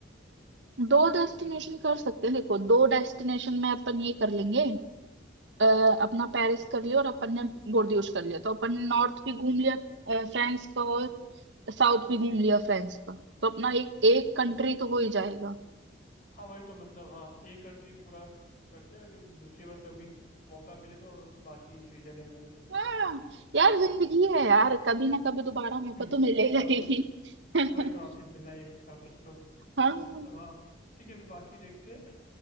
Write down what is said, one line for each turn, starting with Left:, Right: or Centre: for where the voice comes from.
Right: दो डेस्टिनेशन
Left: है ना
Right: कर सकते हैं देखो दो डेस्टिनेशन में अपन ये कर लेंगे अ, अपना पेरिस कर लिया और अपन ने बोर्डियूस कर लिया तो अपन ने नॉर्थ भी घूम लिया अ, फ्रांस का और साउथ भी घूम लिया फ्रांस का तो अपना एक एक कंट्री तो हो ही जाएगा
Left: हाँ वही तो मतलब हाँ एक कंट्री पूरा करते हैं अगर दूसरी बार कभी मौका मिले तो बाकी स्विट्जरलैंड वगैरह घूम
Right: हाँ
Left: लेंगे
Right: यार जिंदगी है यार कभी ना कभी दोबारा मौका
Left: हम्म,
Right: तो मिलेगा
Left: वापिस
Right: ही <laughs>
Left: वही तो वापिस मिलना है कुछ ना कुछ तो
Right: हाँ
Left: तो मतलब हाँ ठीक है अभी बाकी देखते हैं